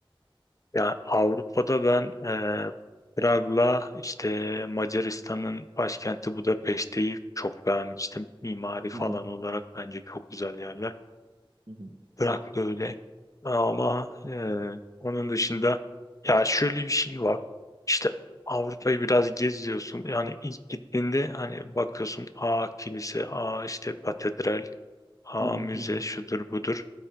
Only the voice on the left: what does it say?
Ya Avrupa'da ben eee Prag'la işte Macaristan'ın başkenti Budapeşte'yi çok beğenmiştim. Mimari falan
olarak bence çok güzel yerler.
Prag da öyle. Ama eee, onun dışında ya şöyle bir şey var. İşte Avrupa'yı biraz geziyorsun. Yani ilk gittiğinde hani bakıyorsun a kilise, a işte katedral ha
müze
şudur budur.